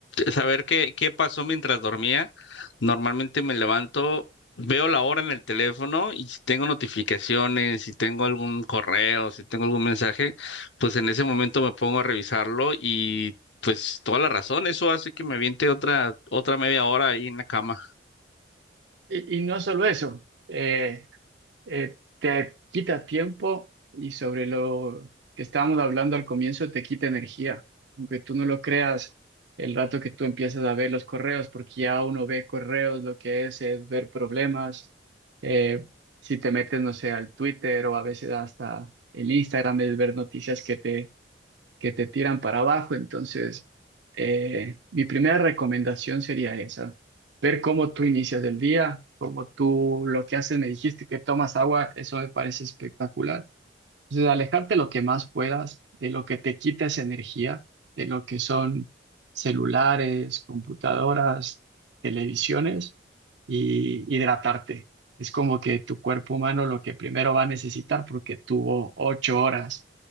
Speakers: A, on the left; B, on the right.
A: saber qué, qué pasó mientras dormía, normalmente me levanto, veo la hora en el teléfono y si tengo notificaciones, si tengo algún correo, si tengo algún mensaje, pues en ese momento me pongo a revisarlo y pues toda la razón, eso hace que me aviente otra, otra media hora ahí en la cama.
B: Y, y no solo eso. eh, eh, te quita tiempo y sobre lo que estábamos hablando al comienzo, te quita energía. Aunque tú no lo creas, el rato que tú empiezas a ver los correos, porque ya uno ve correos, lo que es es ver problemas. Eh, si te metes, no sé, al Twitter o a veces hasta el Instagram, es ver noticias que te que te tiran para abajo. Entonces, eh, mi primera recomendación sería esa, ver cómo tú inicias el día, cómo tú lo que haces, me dijiste que tomas agua, eso me parece espectacular. Entonces, alejarte lo que más puedas de lo que te quita esa energía, de lo que son celulares, computadoras, televisiones, y hidratarte. Es como que tu cuerpo humano lo que primero va a necesitar porque tuvo ocho horas